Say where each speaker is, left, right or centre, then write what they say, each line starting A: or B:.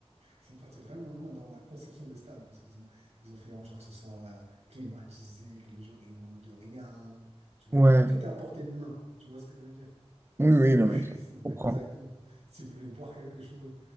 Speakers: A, on the right (about 80°); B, on the right (about 20°).
A: Ils sont partis vraiment loin dans la conception des stades parce qu'ils ont, ils ont fait en genre que ce soit euh, climatisé, que les joueurs, ils manquent de rien. Tu vois,
B: Ouais,
A: tout était à portée de main. Tu vois ce que je veux dire?
B: oui,
A: Si
B: oui,
A: vous,
B: non,
A: <laughs>
B: mais je comprends.
A: exactement. Si vous voulez boire quelque chose,